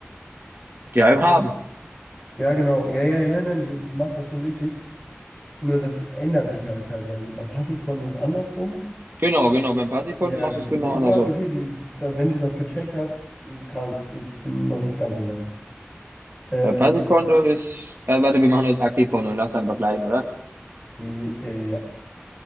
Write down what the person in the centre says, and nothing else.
Ja, genau. Ja, ja, nein, nein, du, du machst das schon richtig. Nur das ändert sich halt teilweise. Bei Passivkonten ist andersrum.
Ja,
okay.
Du,
du, okay, du, da, wenn du das gecheckt hast, hm, krank. Ich bin noch nicht ganz so weit. Ähm,
nee, äh, ja.